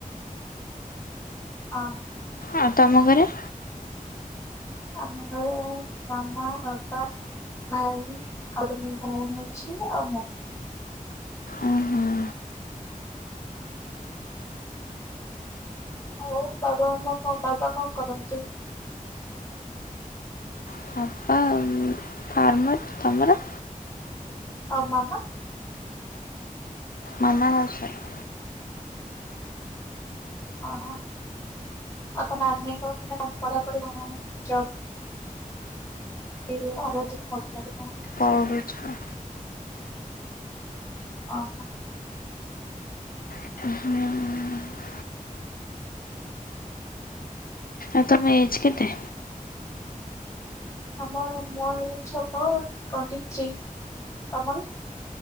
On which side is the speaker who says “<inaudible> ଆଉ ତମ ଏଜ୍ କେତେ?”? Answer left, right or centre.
Left